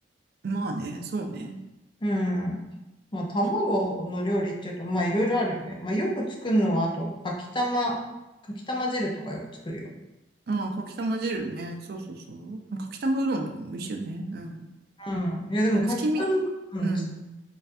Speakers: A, on the right (about 55°); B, on the left (about 25°).
A: まあね、そうね。
B: うん。まあ、卵の料理っていうと、
A: そう
B: まあ、いろいろあるよね。まあ、よく作るのは、あと、かきたま、かきたま汁とかよく作るよ。
A: ああ、かきたま汁ね。そうそうそう。かきたまうどんとかも美味しいよね。うん。や
B: うん。いや、
A: っぱ月見。
B: でも、かきたま、
A: うん。
B: うん。つ